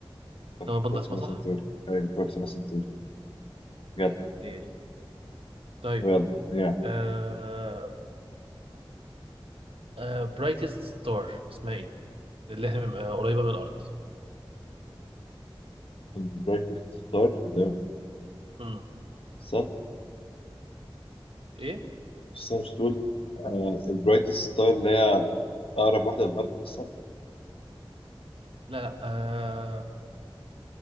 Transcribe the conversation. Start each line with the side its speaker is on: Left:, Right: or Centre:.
Left: صح
Right: لما بنطق
Left: بروكسيما
Right: اسمها صح
Left: سنتوري أيوة بروكسيما سنتوري جدع
Right: ايوه هي دي طيب
Left: يلا يا
Right: آه آه برايتست ستار اسمها ايه اللي احنا آه قريبه من الارض
Left: البرايتست ستار اللي هو
Right: مم.
Left: الصن
Right: ايه
Left: الصن مش تقول البرايتست ستار اللي هي أقرب واحدة للأرض الصن
Right: لا لا آه...